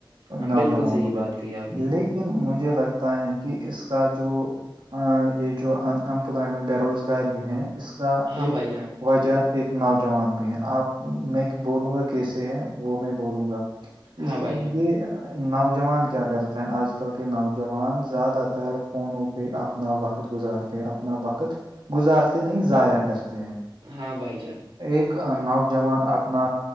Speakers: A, on the right; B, on the right.
A: ہاں
B: نوجوانوں
A: بالکل صحیح
B: میں
A: بات کہی آپ نے
B: لیکن لن مجھے لگتا ہے کہ اس کا جو یہ جو ان امپلائمنٹ بےروزگاری ہیں اس کا
A: ہاں
B: ایک
A: بھائی جان
B: وجہ ایک نوجوان بھی ہیں آپ میں بولوں گا کیسے ہیں وہ میں بولوں گا
A: ہاں
B: اس
A: بھائی جان
B: یہ نوجوان کیا کرتے ہیں آج کل کے نوجوان زیادہ تر فونوں پہ اپ اپنا وقت گزارتے ہیں اپنا وقت گزارتے نہیں ضائع کرتے ہیں
A: ہاں بھائی جان
B: ایک نوجان اپنا